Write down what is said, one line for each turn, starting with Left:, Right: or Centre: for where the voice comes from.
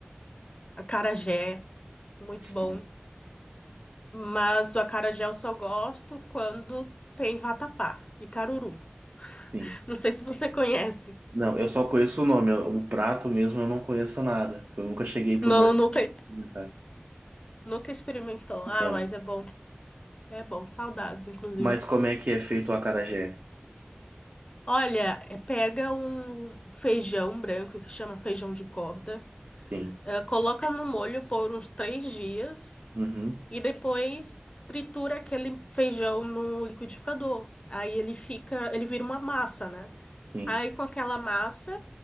Left: Acarajé, muito
Right: sim,
Left: bom. Mas o acarajé eu só gosto quando tem vatapá e caruru.
Right: sim.
Left: Não sei se você conhece.
Right: Não, eu só conheço o nome, eu- o prato mesmo eu não conheço nada. Eu nunca cheguei pro
Left: Não,
Right: norte
Left: nunca,
Right: experimentar.
Left: nunca experimentou. Ah,
Right: Não.
Left: mas é bom. É bom. Saudades, inclusive.
Right: Mas como é que é feito o acarajé?
Left: Olha, é, pega um feijão branco que chama feijão de corda,
Right: Sim.
Left: eh, coloca no molho por uns três dias
Right: Uhum.
Left: e depois tritura aquele feijão no liquidificador. Aí ele fica, ele vira uma massa, né?
Right: Sim.
Left: Aí com aquela massa,